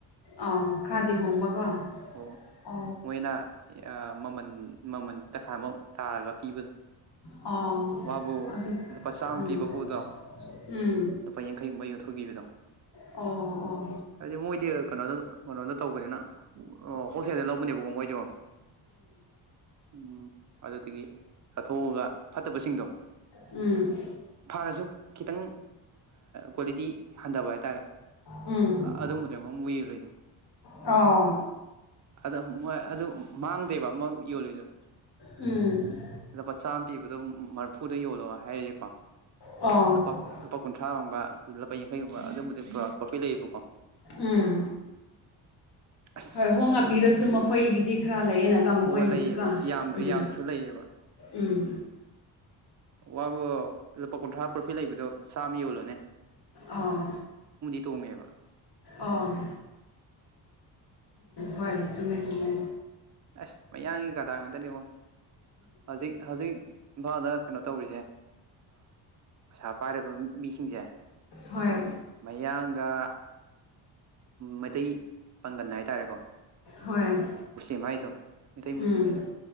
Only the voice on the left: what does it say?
ꯑꯥ ꯈꯔꯗꯤ ꯍꯣꯡꯕꯀꯣ
ꯑ
ꯑꯣ
ꯑꯗꯨ
ꯎꯝ
ꯎꯝ
ꯑꯣ ꯑꯣ
ꯎꯝ
ꯎꯝ
ꯑꯣ
ꯎꯝ
ꯑꯣ
ꯎꯝ
ꯍꯣꯏ ꯍꯣꯡꯉꯛꯄꯤꯔꯁꯨ ꯃꯈꯣꯏꯒꯤꯗꯤ ꯈꯔ ꯂꯩ ꯂꯩꯌꯦꯅ ꯀꯃꯨ
ꯈ꯭ꯋꯥꯩꯁꯨꯀ
ꯎꯝ
ꯎꯝ
ꯑꯥ
ꯑ ꯎꯝ ꯍꯣꯏ ꯆꯨꯝꯃꯦ ꯆꯨꯝꯃꯦ
ꯍꯣꯏ
ꯍꯣꯏ
ꯎꯝ